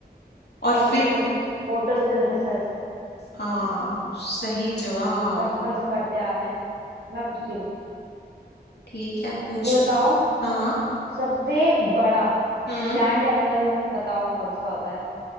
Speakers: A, on the left; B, on the right.
A: और
B: फोटोसिंथेसिस
A: फिर
B: फोटोसिंथेसिस
A: हाँ सही जवाब
B: बचपन से पढ़ते आ रहे हैं मैं पूछती हूँ
A: ठीक है पूछ
B: ये बताओ
A: लो हाँ
B: सबसे बड़ा
A: हम्म
B: लैंड एनिमल बताओ कौन सा होता है